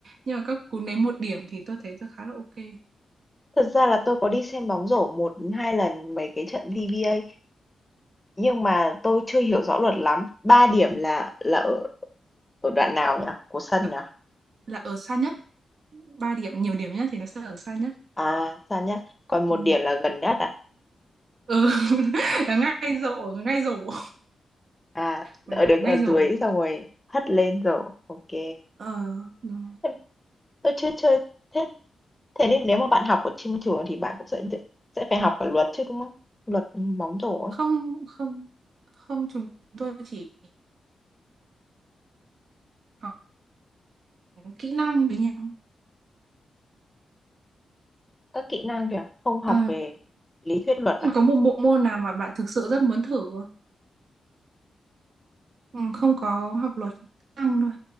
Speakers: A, on the right; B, on the left.
A: Nhưng mà các cú ném một điểm thì tôi thấy tôi khá là ok.
B: Thật ra là tôi có đi xem bóng rổ 1, 2 lần mấy cái trận VBA nhưng mà tôi chưa hiểu rõ luật lắm. ba điểm là là ở ở đoạn nào nhỉ? Của sân
A: Là,
B: nhỉ?
A: là ở xa nhất, 3 điểm nhiều điểm nhất thì nó sẽ ở xa nhất.
B: À sao nhá. Còn một
A: Ừ,
B: điểm là gần nhất à?
A: <laughs> Ừ, là ngay rổ, ngay rổ,
B: À
A: một
B: ở
A: điểm
B: được
A: là ngay
B: ở dưới
A: rổ.
B: xong rồi hất lên rồi. Ok.
A: Ờ, đúng.
B: Thế Tôi chưa chơi. Thế thế nên nếu mà bạn học ở trên trường thì bạn cũng sẽ sẽ phải học cả luật chứ đúng không? Luật bóng rổ ấy.
A: không không không chúng tôi chỉ học kỹ năng với nhau
B: Các kỹ năng kìa, không học
A: Ờ,
B: về lý thuyết luật à?
A: có một bộ môn nào mà bạn thực sự rất muốn thử không? Ừ, không có học luật năng thôi